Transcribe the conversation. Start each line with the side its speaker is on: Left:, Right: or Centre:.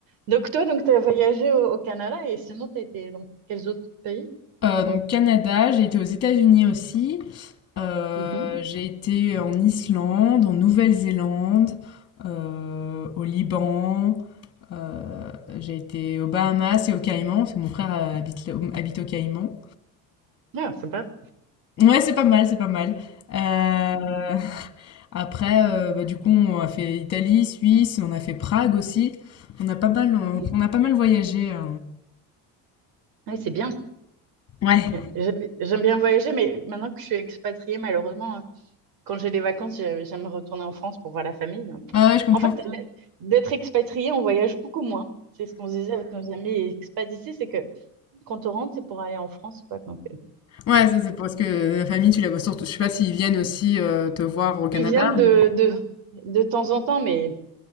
Right: Donc, toi, donc, tu as voyagé au, au Canada et sinon, tu as été dans quels autres pays?
Left: Euh, donc, Canada, j'ai été aux États-Unis aussi. Euh,
Right: Mhm.
Left: j'ai été en Islande, en Nouvelle-Zélande, euh, au Liban. euh, j'ai été aux Bahamas et aux Caïmans, parce que mon frère euh, habite, là- habite aux Caïmans.
Right: Ouais, sympa.
Left: Ouais, c'est pas mal, c'est pas mal. Heu, <laughs> après, heu, bah, du coup, on a fait Italie, Suisse, on a fait Prague aussi. On a pas mal, on
Right: Mhm.
Left: on a pas mal voyagé, heu
Right: Ouais, c'est bien.
Left: Ouais.
Right: Ouais. J'aime j'aime bien voyager, mais maintenant que je suis expatriée, malheureusement, quand j'ai les vacances, j'ai- j'aime retourner en France pour voir la famille. donc.
Left: ouais, ouais, je comprends.
Right: En fait, d- d'être expatrié, on voyage beaucoup moins. C'est ce qu'on se disait avec nos amis expats ici, c'est que quand on rentre, c'est pour aller en France, quoi. Donc, euh,
Left: Ouais, c'est c'est parce que la famille, tu la vois surtout je sais pas s'ils viennent aussi, heu, te voir au Canada,
Right: ils viennent de,
Left: mais
Right: de, de temps en temps, mais